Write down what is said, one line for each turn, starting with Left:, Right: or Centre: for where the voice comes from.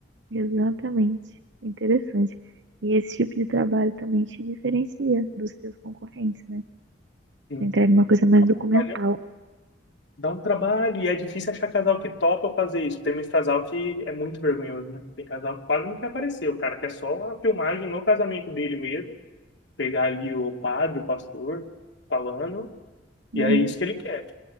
Right: Exatamente. Interessante. E esse tipo de trabalho também te diferencia dos teus concorrentes, né?
Left: Sim.
Right: Você entrega uma coisa mais documental.
Left: Olha, dá um trabalho e é difícil achar casal que topa fazer isso. Tem muito casal que é muito vergonhoso, né? Tem casal que quase não quer aparecer. O cara quer só a filmagem no casamento dele mesmo, pegar ali o padre, o pastor falando,
Right: Uhum.
Left: e é isso que ele quer.